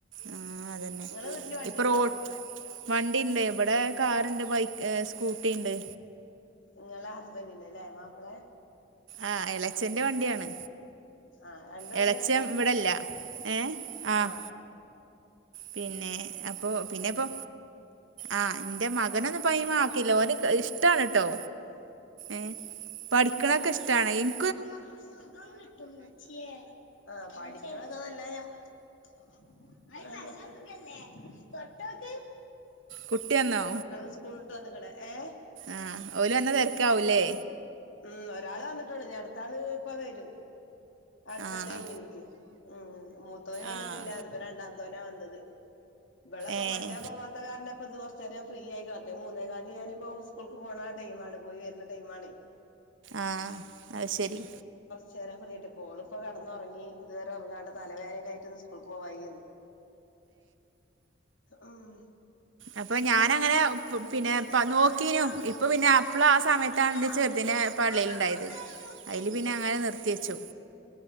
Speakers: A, on the right; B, on the left.
A: ആ.. അതന്നെ
B: നിങ്ങളെ വീട്ടില് വണ്ടിണ്ടോ
A: ഇപ്പൊ റോഡിൽ വണ്ടിയുണ്ടേ, ഇവിടെ കാ- രണ്ടുബൈക്ക്, സ്കൂ- സ്കൂട്ടി ഇണ്ട്
B: നിങ്ങളാ ഹസ്ബന്റിന്റെയല്ലേ മാപ്പിളെ
A: ആ.. ഇല, - അച്ഛന്റെ വണ്ടിയാണ്
B: ആ.. രണ്ടും ഇളയച്ഛന്റെ
A: എളച്ചൻ ഇവിടെല്ല ഏഹ് ആഹ്
B: ആ..
A: പിന്നെ അപ്പൊ പിന്നയിപ്പോ, ആ.. എന്റെ മകനൊന്നും പൈമ ആക്കീല്ല ഓനിഷ്ടാണ് കേട്ടോ ഏ.. പടി- <unintelligible>
B: മ്മക്കൊരു സുഖകിട്ടുമ്മച്യേ ആ <unintelligible> തൊട്ടൊക്ക്.
A: കുട്ടി വന്നോ
B: മക്കള് സ്കൂൾ വന്ന്ക്കണ്‌ ഏ
A: ആഹ് ഓല് വന്ന തിരക്കാഊല്ലേ?
B: ഉം ഒരാള് വന്നിട്ടുണ്ട് നി അടുത്ത ആള് ഇപ്പ വരും. അടുത്ത
A: ആഹ്
B: ടൈമ് ൻക്ക് ഉം മൂത്തോന് വന്നിട്ടില്ല
A: ആഹ്
B: അതിപ്പോ രണ്ടാംതോന വ ന്നത് വെള്ളപ്പൊകൊണ്ടെ
A: ഏഹ്
B: പോവാത്ത കാരണപ്പ ഇന്ന് കുറച്ചെരെൻ ഫ്രീ ആയി വ റ്റ് മൂന്നേ കാൽന് ഞാനിപ്പോ സ്കൂൾക്ക് പോണ ആ ടൈമാണ്. പോയി വരുന്ന ടൈമാണ്.
A: ആഹ് അഹ് ശരി.
B: ചേരാം ഫറിയെട്ട് ഗോളിപ്പ കെടന്നുറങ്ങി ഇതുവരെ ഉറങ്ങാട തലവേദനയിട്ട്ന്ന് സ്കൂൾക്ക് പോ വായിരുന്നു. ആഹ്.
A: അപ്പൊ ഞാന അങ്ങനെ പിന്നെ
B: ഇവളിവിടെണ്ടാന്നോ
A: പ നോക്കീനും. ഇപ്പൊ പിന്നെ അപ്പള ആ സമയത്താണ
B: അതാ
A: എന്റെ ചെർതി പള്ളില്ണ്ടായത്
B: ഞാൻ അവിടെ തെരഞ്ഞോക്കിയിരുന്നു
A: അതില് പിന്നെ അങ്ങനെ നിർ തെച്ചൗ